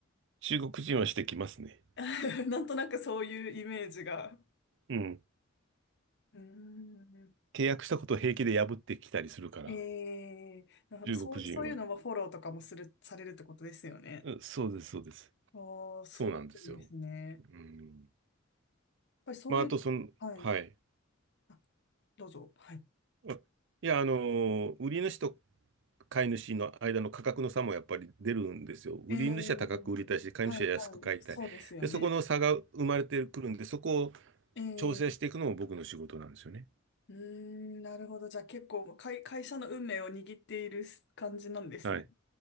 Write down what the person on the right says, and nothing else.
中国人はしてきますね。
うん。
契約したことを平気で破ってきたりするから、
中国人は。
うんそうです、そうです。
そうなんですよ。
うん。
まあ、あと、その、
はい。
あいや、あのー売り主と買い主の間の価格の差もやっぱり出るんですよ。
売り主は高く売りたいし、買い主は安く買いたい。
で、そこの差が生まれてくるんで、そこを
調整していくのも僕の仕事なんですよね。
はい。